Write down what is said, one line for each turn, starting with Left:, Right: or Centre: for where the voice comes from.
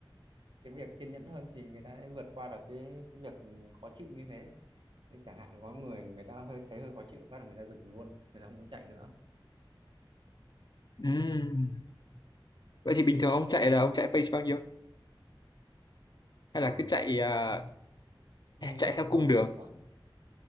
Right: cái việc kiên nhẫn hơn thì người ta sẽ vượt qua được cái cái việc khó chịu như thế Như chẳng hạn có người người ta hơi thấy hơi khó chịu phát là người ta dừng luôn người ta không muốn chạy nữa
Left: ừ. vậy thì bình thường ông chạy là ông chạy pace bao nhiêu hay
Right: Ờ,
Left: là cứ chạy à,
Right: nhanh
Left: chạy
Right: nhất
Left: theo
Right: của
Left: cung
Right: tôi
Left: đường
Right: khoảng